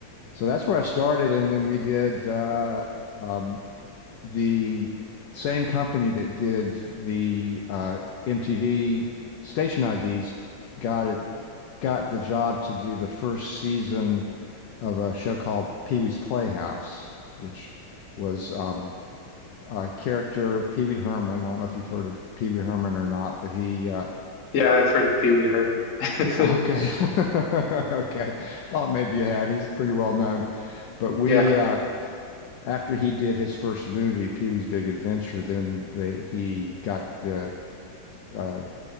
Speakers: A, on the left; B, on the left.
A: so that's where I started, and then we did uh, um, the same company that did the uh, MTV station IDs got it got the job to do the first season of a show called Pee-wee's Playhouse, which was um, a character Pee-wee Herman. I don't know if you've heard of Pee-wee Herman or not, but he uh,
B: Yeah, I've heard of Pee-wee Herman. <laughs>
A: okay, <laughs> okay, thought maybe you had. He's pretty well known, but we.
B: Yeah.
A: Uh, after he did his first movie, Pee-wee's Big Adventure, then the, he got the uh,